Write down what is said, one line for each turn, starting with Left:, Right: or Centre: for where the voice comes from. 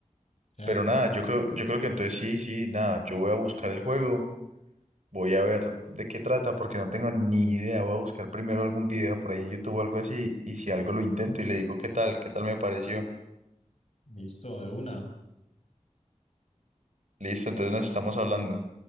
Left: Cierto,
Right: Pero nada,
Left: cierto.
Right: yo creo, yo creo que entonces sí, sí, nada, yo voy a buscar el juego, voy a ver de qué trata, porque no tengo ni idea, voy a buscar primero algún video por ahí en YouTube o algo así, y si algo lo intento y le digo qué tal, qué tal me pareció.
Left: Listo, de una.
Right: Listo, entonces nos estamos hablando.